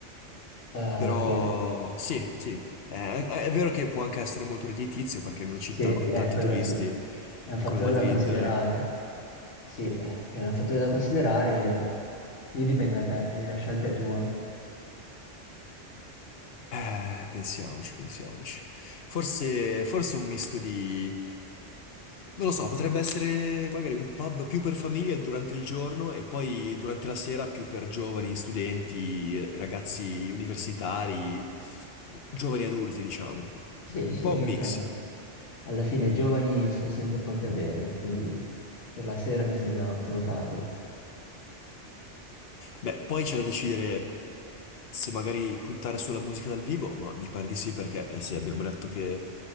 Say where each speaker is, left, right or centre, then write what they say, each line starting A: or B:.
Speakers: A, on the left; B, on the left.
A: Eh,
B: Però
A: che
B: sì, sì, Eh, è, è vero che può anche essere molto redditizio perché in una città
A: sì, è
B: con tanti
A: quello
B: turisti
A: sì, è un fattore
B: come Madrid
A: da considerare. Sì, è è un fattore da considerare, lì dipende da te, lì la scelta è tua.
B: Eh, pensiamoci, pensiamoci. Forse, forse un misto di... Non lo so, potrebbe essere magari un pub più per famiglie durante il giorno e poi durante la sera più per giovani, studenti, eh, ragazzi universitari, giovani adulti, diciamo.
A: Sì,
B: Un
A: sì,
B: po'
A: perché
B: un mix.
A: no? Alla fine i giovani sono sempre pronti a bere, quindi per la sera mi sembra un ottimo target.
B: Beh, poi c'è da decidere se magari puntare sulla musica dal vivo, ma mi pare di sì perché eh, sì, abbiamo detto che...